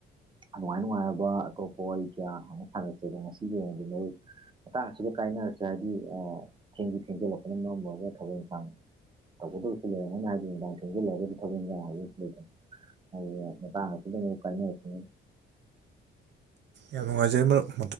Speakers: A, on the right (about 25°); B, on the right (about 65°).
A: ꯑꯗꯨꯃꯥꯏ ꯅꯨꯡꯉꯥꯏꯔꯕ ꯑꯇꯣꯞꯄ ꯋꯥꯔꯤ ꯀꯌꯥ ꯑꯃ ꯁꯥꯟꯅꯁꯩ ꯑꯗꯣ ꯉꯁꯤꯒꯤ ꯑꯣꯏꯅꯗꯤ ꯅꯣꯏ ꯃꯇꯥꯡ ꯑꯁꯤꯗ ꯀꯥꯏꯅꯔꯁꯦ ꯍꯥꯏꯔꯗꯤ ꯑ ꯊꯦꯡꯖꯤ ꯊꯦꯡꯖꯤꯜꯂꯛꯄꯅ ꯃꯔꯝ ꯑꯣꯏꯔꯒ ꯊꯕꯛ ꯏꯪꯈꯥꯡ ꯇꯧꯒꯗꯕꯁꯨ ꯂꯩꯔꯝꯅꯤꯅ ꯍꯥꯏꯗꯤ ꯅꯨꯡꯗꯥꯡ ꯊꯦꯡꯖꯤꯜꯂꯒꯗꯤ ꯊꯧꯤ ꯍꯥꯏ ꯂꯩ ꯑ ꯀ ꯎ ꯀ ꯑꯣꯏ
B: ꯌꯥꯝ ꯅꯨꯡꯉꯥꯏꯖꯩ ꯃꯇꯨꯡ